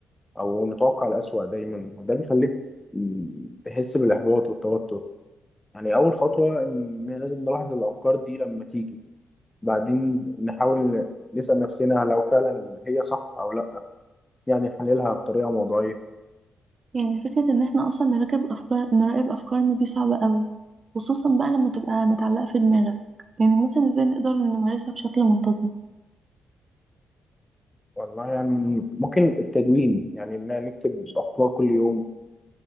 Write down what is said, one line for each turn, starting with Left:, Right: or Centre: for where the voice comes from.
Left: او نتوقع الأسوأ دايما وده بيخليك م، تحس بالاحباط والتوتر يعني أول خطوة إن لازم نلاحظ الأفكار دي لما تيجي بعدين نحاول نسأل نفسنا لو فعلا هي صح أو لأ يعني نحللها بطريقة موضوعية
Right: يعني فكرة ان احنا اصلا نراقب افكار نراقب افكارنا دي صعبة قوي خصوصا بقى لما تبقى متعلقة في دماغك يعني مثلا ازاي نقدر نمارسها بشكل منتظم
Left: والله يعني ممكن التدوين يعني إن نكتب أفكار كل يوم